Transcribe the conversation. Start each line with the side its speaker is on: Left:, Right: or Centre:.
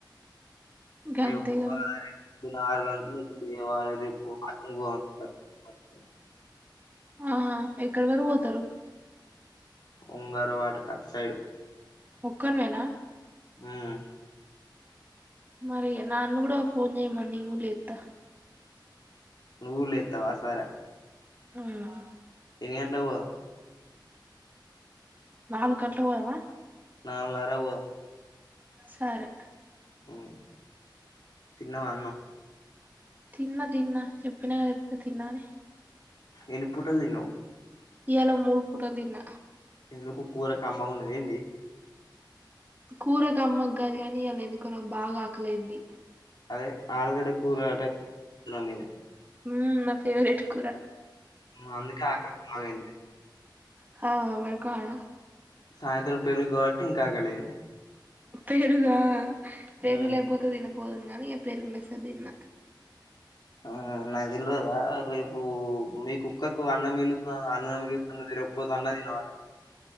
Right: గంతే
Left: రేపు
Right: ఇగ
Left: రేపు పద్న ఆరు గంటలు ఉ వాళు రేపు వాటింగ్ పో <inaudible> <unintelligible>
Right: ఆ ఎక్కడి వరకు పోతారు?
Left: ఉంగర వాటకు అటు సైడు
Right: ఒక్కనివేనా
Left: హ్మ్మ్
Right: మరి నను కూడా ఫోన్ చేయమను నేన్ కూడా లేత
Left: నువ్వు లేతా వా? సరే
Right: హ్మ్
Left: ఎన్ని గంటల కి పోదాం?
Right: నాలుగు గంటలు కు పోదమా?
Left: నాలుగున్నర కి పోదాం
Right: సరే
Left: హ్మ్ తిన్నావా అన్నం?
Right: తిన్నా తిన్నా చెప్పినా గా ఇపుడు తిన్నా అని
Left: ఎన్ని పూటలు తిన్నావు
Right: ఇయాల మూడు పుటలు తిన్న
Left: ఎందుకు కూర కమ్మ గా ఉన్నద ఏంది?
Right: కూర కమ్మ గా కాదు గా నీ ఇయాల ఎందుకో నాకు బాగా ఆకలేైంది
Left: అదే ఆలుగడ్డ కూర అట అందులో మీద
Right: హ్మ్ నా ఫేవరెట్ కూర
Left: హ్మ్ అందుకే ఆకలి బాగా అయింది
Right: హ వర్క్ హలా
Left: సాయంత్రం పెరుగు కాబట్టి ఇంకా ఆకలి అయింది
Right: పెరుగా? పెరుగు
Left: ఉమ్
Right: లేకపోతే తినక పోదునే గాని కానీ పెరుగు మిక్సచర్ తిన్న
Left: ఆ నాకు తెల్వదా రేపు మీకు కుక్కకు అన్నం మీలుగుతది అన్నందుకే <unintelligible> అన్నం తిన్నావట